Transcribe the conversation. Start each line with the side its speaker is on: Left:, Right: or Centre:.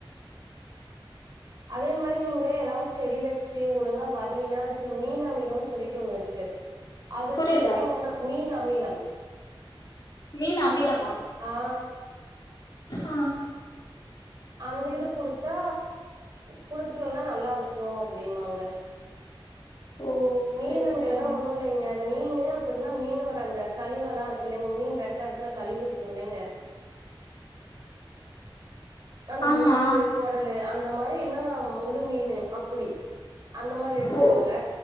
Right: அதே மாரி நீங்களே ஏதாவது செடி வச்சி ஒழுங்கா வரலினா அதுக்கு மீன் அமிலன்னு சொல்லிட்டு ஒண்ணு இருக்கு அது
Left: புரில
Right: குடுத்தீங்கன்னா மீன் அமிலம்
Left: மீன் அமிலமா
Right: ஆ.
Left: ஆ
Right: அந்த இது குடுத்தா குடுத்துட்டு வந்தா நல்லாருக்கு அப்டிமாங்க
Left: ஓ
Right: மீன்
Left: சேரி
Right: அமிலன்னா
Left: சேரிங்க
Right: ஒன்னு இல்லைங்க மீனு அப்புடூல்னா மீனோட அந்த கழிவெல்லா இருக்கு இல்லைங்க மீன் வெட்ற எடத்துல கழிவு இருக்கு இல்லைங்க அந்த
Left: ஆமா
Right: முள்ளு கொடலு அந்த மாரி இல்னா முழு மீனு அப்புடி அந்த மாரி எடுத்துகோங்க
Left: ஓ